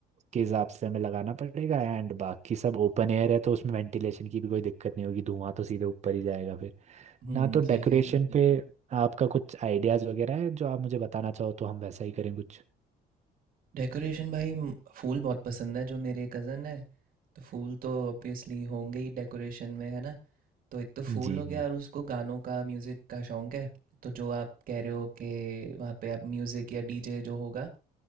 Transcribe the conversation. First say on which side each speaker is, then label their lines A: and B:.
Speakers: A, on the right (about 40°); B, on the right (about 55°).
A: के हिसाब से हमें लगाना पड़ेगा एंड बाकी सब ओपन एयर है तो उसमें वेंटिलेशन की भी कोई दिक्कत नहीं होगी धुआं तो सीधे ऊपर ही जाएगा फिर
B: हम्म
A: ना तो
B: सही
A: डेकोरेशन
B: कह रहे हो
A: जी पे आपका कुछ आइडियाज वगैरह है जो आप मुझे बताना चाहो तो हम वैसा ही करें कुछ
B: डेकोरेशन भाई म- फूल बहुत पसंद है जो मेरे कज़न है तो फूल तो ऑब्वियसली होंगे ही डेकोरेशन में है ना तो एक तो
A: जी
B: फूल हो
A: जी
B: गया और उसको गानों का म्यूज़िक का शौक है तो जो आप कह रहे हो कि वहाँ पे आप म्यूज़िक या डीजे जो होगा